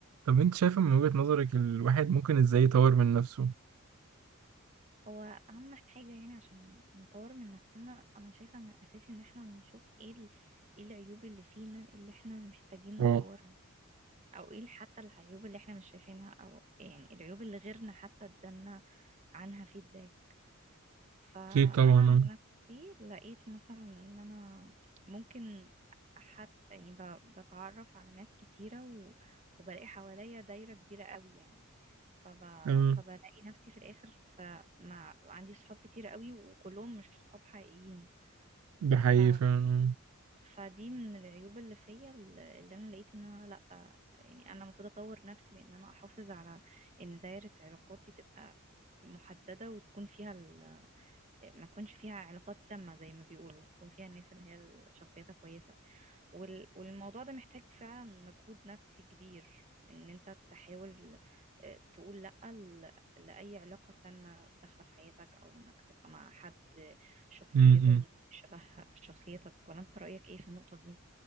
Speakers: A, on the right (about 80°); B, on the right (about 35°).
A: طب انت شايفه من وجهة نظرك الواحد ممكن ازاي يطور من نفسه
B: هو اهم حاجة يعني عشان نطور من نفسنا انا شايفة ان الاساسي ان احنا نشوف ايه ال... ايه العيوب اللي فينا اللي احنا محتاجين
A: اه
B: نطورها او ايه حتى العيوب اللي احنا مش شايفينها او يعني العيوب اللي غيرنا حتى ادالنا عنها فيدباك فانا
A: اكيد طبعا
B: عن
A: اه
B: نفسي لقيت مثلا ان انا ممكن حتى يعني ب... بتعرف على ناس كتيرة و... وبلاقي حواليا دايرة كبيرة قوي يعني فب...
A: اه،
B: فبلاقي نفسي في الاخر فمع عندي صحاب كتير قوي وكلهم مش صحاب حقيقيين
A: ده حقيقي
B: ف...
A: فعلا
B: فدي من العيوب اللي فيا اللي اللي انا لقيت ان انا لا يعني انا المفروض اطور نفسي بان انا احافظ على ان دايرة علاقاتي تبقى محددة وتكون فيها ال... ما تكونش فيها علاقات سامة زي ما بيقولوا تكون فيها الناس اللي هي شخصيتها كويسة وال- والموضوع ده محتاج فعلا مجهود نفسي كبير ان انت تحاول آه، تقول لأ ل- لأي علاقة سامة داخلة في حياتك او انك تبقى مع حد شخصيته
A: امم
B: مش شبه شخصيتك ولا انت رأيك ايه في النقطة دي